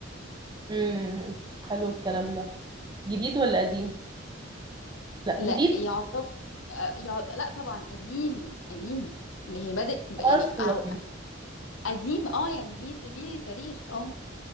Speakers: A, on the right; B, on the left.
A: امم حلو الكلام ده جديد ولا قديم لا
B: لا
A: جديد
B: يعتبر آه، يعت... لا طبعا قديم قديم يعني بادئ
A: اصلا
B: يعني أو قديم اه يعني ليه ليه تاريخ اه